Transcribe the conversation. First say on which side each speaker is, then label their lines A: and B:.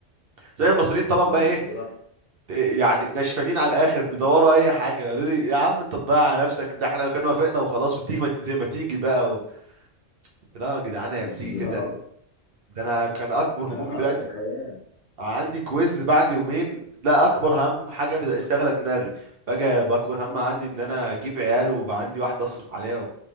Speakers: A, on the right (about 55°); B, on the left (about 50°).
A: زي المصريين طبعا
B: بالظبط
A: بقى ايه إيه يعني نشفانين على الاخر بيدوروا اي حاجه قالوا لي يا عم انت تضيع على نفسك ده احنا كنا وافقنا وخلاص وتيجي ما ت- زي ما تيجي بقى و... قلت لا يا جدعان هي
B: بالظبط
A: بتيجي كده ده انا كان اكبر همومي
B: اه
A: دلوقتي
B: دي حياة
A: عندي كويز بعد يومين ده اكبر هم حاجه في شغله دماغي فجاه باكبر هم عندي ان انا اجيب عيال ويبقى عندي واحده اصرف عليها و...